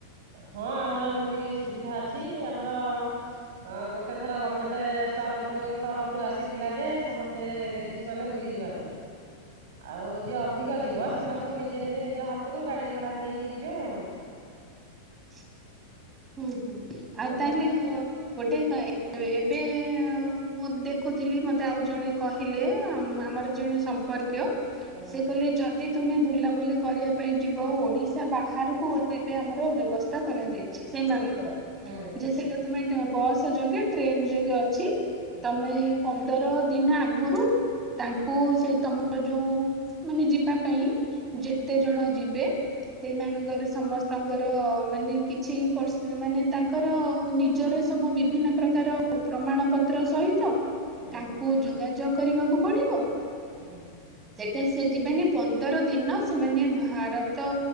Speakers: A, on the right (about 55°); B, on the right (about 20°).
A: ହଁ ଆମର ହେନ୍ତି ସୁବିଧା ଅଛି ଆମର ହଁ ଗୋଟେ ଥର ଗମେଣ୍ଟ ସ୍ତରଫରୁ ତରଫରୁ ଆସିଥିଲା ଯେ ସମସ୍ତେ ଲେଡିଜ ମାନେ ବୁଲିଯିବା ପାଇଁ। ଆଉ ଯିଏ ଅଧିକ ଯିବ ସେମାନେ ସବୁ ନିଜେ ନିଜେ ନିଜ ହାତରୁ ଗାଡି ଘଡା ଦେଇକି ଯିବେ ଆଉ।
B: <inaudible> ହୁଁ ହୁଁ ଆଉ
A: ହୁଁ
B: ତାହେଲେ ଗୋଟେ ଏବେ ଆଉ ମୁଁ ଦେଖୁଥିଲି ମତେ ଆଉ ଜଣେ କହିଲେ ଆମର ଜଣେ ସମ୍ପର୍କୀୟ
A: ହୁଁ
B: ସେ କହିଲେ ଯଦି ତୁମେ ବୁଲାବୁଲି କରିବା ପାଇଁ ଯିବ ଓଡିଶା ବାହାରକୁ ଏବେ ଆମର ବ୍ୟବସ୍ଥା କରାଯାଇଛି। ସେଇ ମାନଙ୍କର
A: ହଁ।
B: ସେଇଟା ତମେ ଏ ବସ ଯୋଗେ ଟ୍ରେନ ଯୋଗେ ଅଛି
A: ହୁଁ
B: ତମେ ପନ୍ଦର ଦିନ ଆଗରୁ ତାଙ୍କୁ ସେ ତମର ଯୋଉ ମାନେ ଯିବା ପାଇଁ
A: ହୁଁ
B: ଯେତେ ଜଣ ଯିବେ ସେଇମାନଙ୍କର ସମସ୍ତଙ୍କର ମାନେ କି ଛି ପ ମାନେ ତାଙ୍କର ନିଜର ସବୁ ବିଭିନ୍ନ ପ୍ରକାର ପ୍ରମାଣପତ୍ର ସହିତ
A: ହୁଁ
B: ତାଙ୍କୁ ଯୋଗାଯୋଗ କରିବାକୁ ପଡିବ।
A: ହୁଁ।
B: ସେଟା ସେ ଯିବାନି ପନ୍ଦର ଦିନ ସେମାନେ ଭାରତ